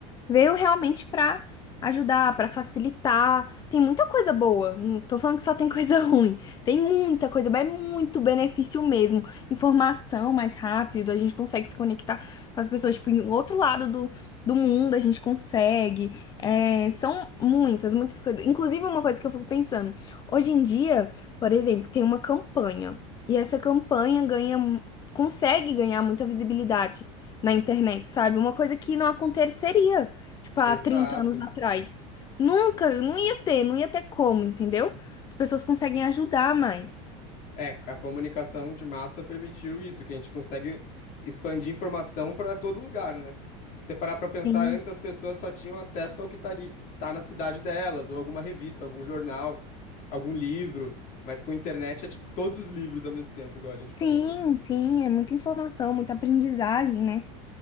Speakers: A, on the left; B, on the left.
A: Veio realmente pra ajudar, pra facilitar. Tem muita coisa boa. Não tô falando que só tem coisa <laughs> ruim. Tem muita coisa, boa, é muito benefício mesmo. Informação mais rápido, a gente consegue se conectar com as pessoas, tipo, em outro lado do, do mundo, a gente consegue. É, são muitas, muitas coisas. Inclusive, uma coisa que eu fico pensando. Hoje em dia, por exemplo, tem uma campanha. E essa campanha ganha, mu- consegue ganhar muita visibilidade na internet, sabe? Uma coisa que não aconteceria. Tipo,
B: Exato.
A: há 30 anos atrás. Nunca, não ia ter, não ia ter como, entendeu? As pessoas conseguem ajudar mais.
B: É, a comunicação de massa permitiu isso, que a gente consegue expandir informação para todo lugar, né? Se você parar para pensar,
A: Sim,
B: antes as pessoas só tinham acesso ao que tá, ali- tá na cidade delas, ou alguma revista, algum jornal, algum livro, mas com internet é tipo todos os livros ao mesmo tempo, igual a gente falou,
A: sim,
B: né?
A: sim, é muita informação, muita aprendizagem, né?